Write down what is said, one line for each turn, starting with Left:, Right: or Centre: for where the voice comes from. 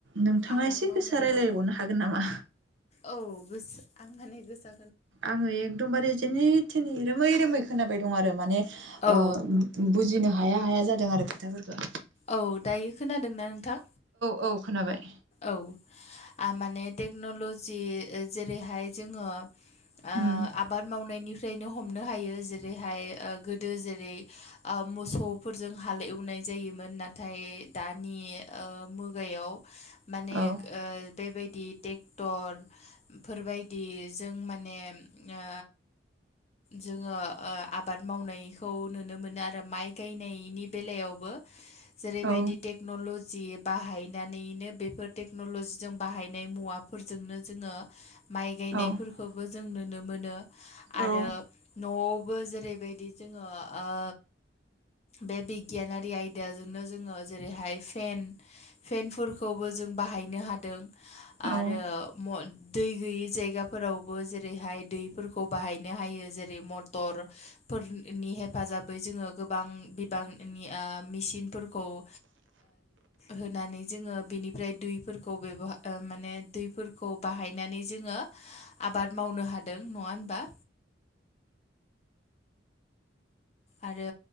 Right: नोंथाङा
Left: आबाद
Right: एसे
Left: मावनायाव
Right: गोसा रायलायबावनो हागोन नामा?
Left: औ गोस आं माने गोसा
Right: आङो एकदमबारे जेने थेने रोमै रोमै खोनाबाय दं आरो माने
Left: औ
Right: ओ बुजिनो हाया हाया जादों आरो खोथाफोरखो।
Left: औ दायो खोनादोंना नोंथां‌?
Right: औ खोनाबाय।
Left: औ आ माने टेक्न'ल'जि जेरैहाय जोङो। ओ
Right: उम
Left: आबाद मावनायनिफ्रायनो हमनो हायो जेरैहाय ओ गोदो जेरै ओ मोसौफोरजों हाल एवनाय जायोमोन नाथाय दानि ओ मुगाय याव माने
Right: औ
Left: ओ बेबाय दि ट्रेक्टर फोरबायदि जों माने ओ जोङो ओ आबाद मावनायखौ नुनो मोनो आरो माइ गायनायनि बेलायावबो। जेरैबायदि
Right: औ
Left: टेक्नलजि बाहायनानैनो बेब बेफोर टेकन'ल'जि जों बाहायनाय मुवाफोरजोंनो जोङो माइ गायनायफोरखौबो
Right: औ
Left: जोंनो नुनो मोनो। आरो
Right: औ
Left: न'आवबो जेरैबायदि जोङो ओ बे बिगियानारि आयदाजोंनो जोङो जेरैहाय फेन फेनफोरखौबो जों बाहायनो हादों
Right: औ
Left: आरो मल दै गैयि जायगाफोरावबो जेरैहाय दैफोरखौ बाहायनो हायो जेरै मटर। फोरनि हेफाजाबै जोङो गोबां बिबांनि ओ मेसिनफोरखौ ओ होनानै जोङो बेनि ओमफ्राय दैफोरखौ बेबो माने दैफोरखौ बाहायनानै जोङो आबाद मावनो हा हादों नङा होनबा?
Right: <inaudible>
Left: आरो